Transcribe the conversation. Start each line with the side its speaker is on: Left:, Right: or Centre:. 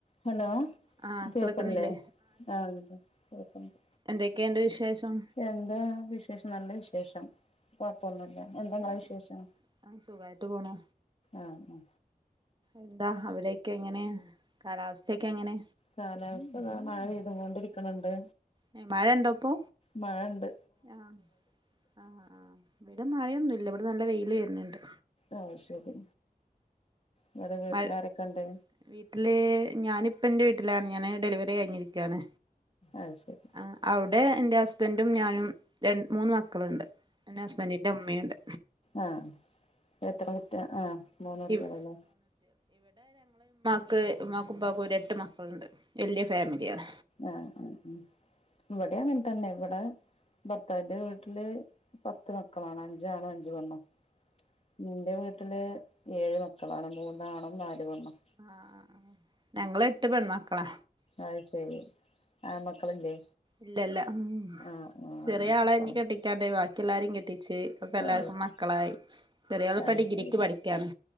Left: Hello
Right: ആഹ്
Left: കേൾക്ക്ണി
Right: കേൾക്കുന്നില്ലേ
Left: ഇല്ലേ ആഹ് കേക്ക്ണ്ട്
Right: എന്തക്കേണ്ട് വിശേഷം
Left: എന്താണ് വിശേഷം നല്ല വിശേഷം കൊഴപ്പൊന്നുല്ല എ ന്താ ഇങ്ങളെ
Right: ആഹ്
Left: വിശേഷം
Right: ആഹ് സുഖായിട്ട് പോണു
Left: ആഹ്
Right: എന്താ അവിടെക്കെ എങ്ങനെ കാലാവസ്ഥക്കെ എങ്ങനെ
Left: കാലാവസ്ഥതാ മഴ പെയ്തു കൊണ്ടിരിക്ക്ണ് ണ്ട്
Right: ഏഹ് മഴണ്ടപ്പോ
Left: മഴണ്ട്
Right: ആഹ് ആഹ് ആഹ് ഇവിടെ മഴയൊന്നുല്ല ഇവിടെ നല്ല വെയ്ല് വെര്ന്ന്ണ്ട്
Left: ആഹ് ശെരി ഇവടെ വീട്ട്ലാരക്കണ്ട്
Right: മഴ വീട്ടില് ഞാനിപ്പ എൻറെ വീട്ടിലാണ് ഞാന് ഡെലിവറി കഴിഞ്ഞിരിക്കാണ്
Left: അത് ശരി
Right: ആഹ് അവിടെ എന്റെ ഹസ്ബൻഡും ഞാനും രണ്ട് മൂന്ന് മക്കളുണ്ട് പിന്നെ ഹസ്ബൻഡ്ന്റെ ഉമ്മിണ്ട്.
Left: ആഹ് എത്ര കുട്ടി ആഹ് മൂന്നുട്ടേള്ല്ലേ
Right: ഇവ് ക്ക് ഇമ്മക്കും പ്പക്കും എട്ട് മക്കളുണ്ട് വല്യ ഫാമിലിയാണ്.
Left: ആഹ് ആഹ് ഉം ഇവിടെ അങ്ങനതന്നെ ഇവിടെ ഭർത്താവിന്റെ വീട്ടില് പത്ത് മക്കളാണ് അഞ്ചാണും അഞ്ച് പെണ്ണും. ഇന്റെ വീട്ടില് ഏഴ് മക്കളാണ് മൂന്നാണും നാല് പെണ്ണും.
Right: ആഹ് ഞങ്ങളെട്ട് പെൺമക്കളാ
Left: അഹ്ശരി ആൺ മക്കളില്ലേ
Right: ഇല്ലല്ല ഉം
Left: ആഹ് ആഹ്
Right: ചെറിയ ആളെ ഇനി കെട്ടിക്കാണ്ടേ ബാക്കി എല്ലാരും കെട്ടിച്ച്. ഇപ്പൊക്കെ
Left: അത്
Right: എല്ലാർക്കും മക്കളായി ചെറിയളിപ്പോ
Left: അത്
Right: ഡിഗ്രിക്ക്
Left: ശരി
Right: പഠിക്കാണ്.